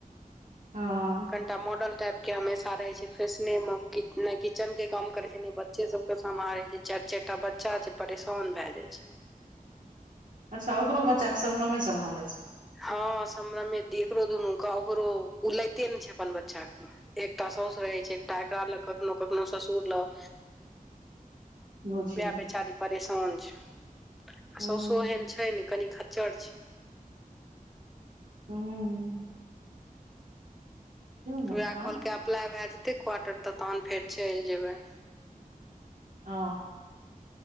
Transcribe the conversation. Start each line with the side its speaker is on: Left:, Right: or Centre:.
Right: हँ
Centre: ओ तऽ मॉडल टाइप केँ हमेशा रहे छै फैशने मऽ नै किचन केँ काम करे नइ बच्चे सब केँ सम्हारे छै चारि चार टा बच्चा छै परेशान भय जाय छै
Right: अच्छा ओकरो बच्चाे सबनमे सम्हारै छै
Centre: हँ समनमे एकरो दुनू केँ ओकरो उ लैते नै छै अपन बच्चा कऽ एकटा साउसु रहे छै एकटा एकरा लग कखनो कखनो ससुर लग
Right: बुझियौ
Centre: वएह
Right: ने।
Centre: बेचारी परेशान छै आ
Right: हूँ
Centre: साउसो एहन छै ने कनि ख चर्च
Right: हू ने
Centre: तऽ उएह
Right: आँ
Centre: कहलकै अप्लाइ भऽ जेतै क्वार्टर तऽ तहन फेर चइल जेबै
Right: ओ